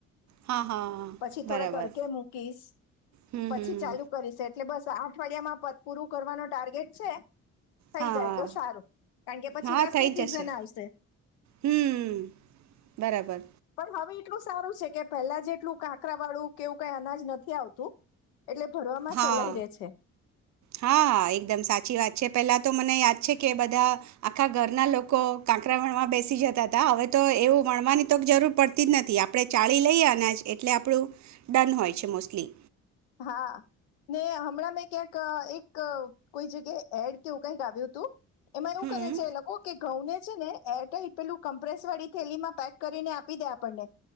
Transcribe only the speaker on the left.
પછી થોડા
તડકે મૂકીશ,
પછી
ચાલુ કરીશ એટલે બસ અઠવાડિયા માં પ પૂરું કરવાનો ટાર્ગેટ છે. થઈ
જાય તો સારું, કારણ કે પછી
રસની
સીઝન
આવશે.
પણ હવે એટલું સારું છે કે પહેલા જેટલું કાકરા વાળું કેવું કઈ અનાજ નથી આવતું. એટલે ભરવામાં
સેલાઈ રે છે.
હા ને હમણાં મેં ક્યાંક એક કોઈ જગ્યા એડ કેવું કઈક આવ્યું હતું એમાં એવું
કરે છે એ લોકો કે ઘઉં ને છે ને એર પેલું કમ્પ્રેસ વાળી થેલીમાં પેક કરીને આપી દે આપણને